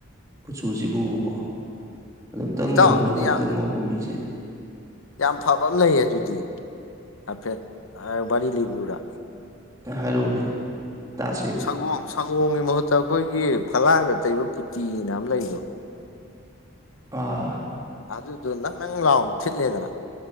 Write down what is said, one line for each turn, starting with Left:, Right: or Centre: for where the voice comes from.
Right: ꯀꯨꯆꯨꯁꯤꯕꯨꯕꯀꯣ ꯑꯗꯣ ꯑꯝꯇꯪ
Left: ꯏꯇꯥꯎ
Right: ꯉꯧꯔꯒ
Left: ꯑꯗꯨꯗꯤ
Right: ꯑꯝꯇꯪ
Left: ꯌꯥꯝ
Right: ꯉꯧꯕ ꯃꯤꯁꯦ
Left: ꯌꯥꯝ ꯐꯕ ꯑꯃꯥ ꯂꯩꯌꯦ ꯑꯗꯨꯗꯤ ꯍꯥꯏꯐꯦꯠ ꯋꯥꯔꯤ ꯂꯤꯔꯨꯔꯥ
Right: ꯍꯥꯏꯔꯛꯎꯅꯦ ꯇꯥꯁꯦꯕ
Left: ꯁꯪꯒꯣꯝ ꯁꯪꯒꯣꯝꯒꯤ ꯃꯍꯨꯠꯇꯥ ꯑꯩꯈꯣꯏꯒꯤ ꯐꯂꯥꯡꯗ ꯇꯩꯕ ꯄꯨꯇꯤꯅ ꯑꯃꯥ ꯂꯩꯕꯗꯣ
Right: ꯑꯥ
Left: ꯑꯗꯨꯗꯣ ꯅꯪ ꯅꯪ ꯂꯥꯎ ꯊꯤꯠꯂꯦꯗꯅ